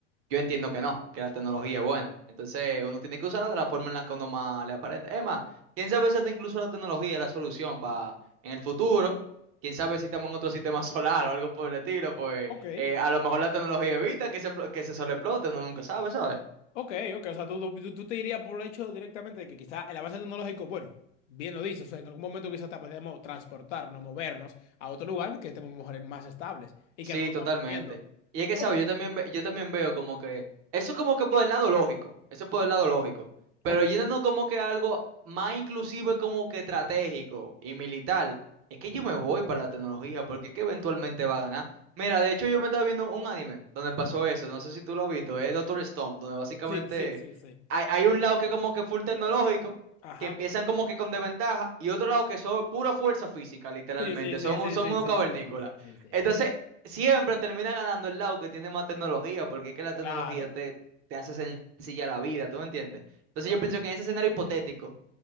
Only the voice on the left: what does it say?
Ok.
Ok, ok, o sea, tú, tú, tú te dirías por el hecho directamente de que quizá el avance tecnológico, bueno, bien lo dices, o sea, en algún momento quizá te podemos transportarnos, movernos a otro lugar que estemos mejor- más estables y
que no nos estamos
muriendo.
Ok,
ok,
sí, sí, sí, sí,
ajá,
sí, sí, sí,
sí,
sí,
sí,
sí, sí, sí, sí, sí,
claro,
ok,